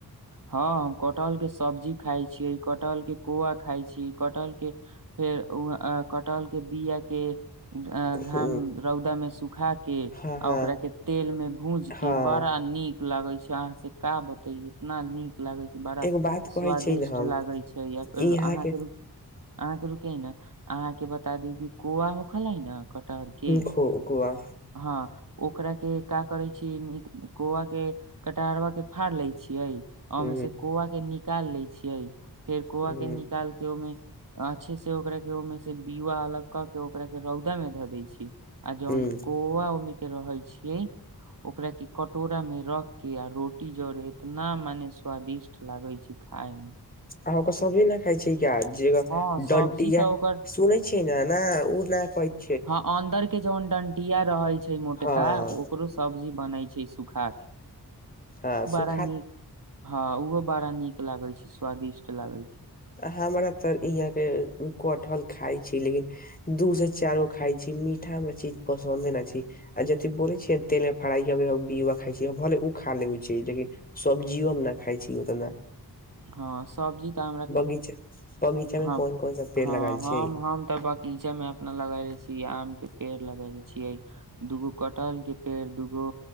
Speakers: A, on the right; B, on the left.
A: हाँ हम कटहल के सब्जी खाय छीयै कटहल के कौआ खाइ छी कटहल के फेर कटहल के बीआ के आ घाम
B: ह
A: रौदामेउ सूखा के
B: हँ
A: आ
B: हँ
A: ओकरा के तेल में भूज के
B: हँ
A: बड़ा नीक लागे छै अहाँ से का बते इतना नीक लागै छै बड़ा
B: एगो बात कहै
A: स्वादिष्ट
B: छी ने हम
A: लागै छै या फर
B: इहाँ
A: अहाँके
B: के
A: रु अहाँ के रुके न अहाँ के बता दी कि कोआ खलई न कटहर के
B: खोआ
A: हँ ओकरा के का करे छी कौआ के कटरबा के फाड़ ले छियै ओ ओमे
B: ह
A: से कौआ के निकाल लै छियै फेर कौआ
B: ह
A: के निकाल के ओहिमे अच्छे से ओकरा के ओहिमे से बीआ अलग कऽ के ओकरा के रौदा मे धऽ दै छी आ जौन
B: ह
A: कौआ ओमे के रहे छियै ओकरा के क कटोरा में रख के आ रोटी जरे इतना मने स्वादिष्ट लागे छै खाय में
B: अह के सब्जी‌ ना खाय छै कऽ जे
A: हँ सब्जी
B: डंटिया
A: तऽ ओकर
B: सुनै छै ने ओ नहि कह
A: हाँ अन्दर के जौन डंटिया रहै छै मोटका
B: हँ
A: ओकरो सब्जी बनय छै सूखा के
B: हाँ सुख
A: हाँ बड़ा नीक हाँ उहो बड़ा नीक लागे छै स्वादिष्ट लागे छै
B: हमरा तऽ यहाँ के कटहल खाई छी लेकिन दू से चार गो खाय छी मीठा हमरा चीज पसन्द नऽ छी आ जी बोले छियै तेल मे फराईकऽ के खा भले ओ खा लेै छै लेकिन सब्जीयो हम ना खाय छी ओतऽ ना
A: हाँ सब्जी तऽ हमरा
B: बगीच बगीचा में
A: हँ
B: कोन कोन सा पेड़
A: हँ
B: लगायल
A: हम
B: छियै
A: हम तऽ बक बगीचा में अपना लगेले छी आम के पेड़ लगेले छियै दुगो कटहल के पेड़ दुगो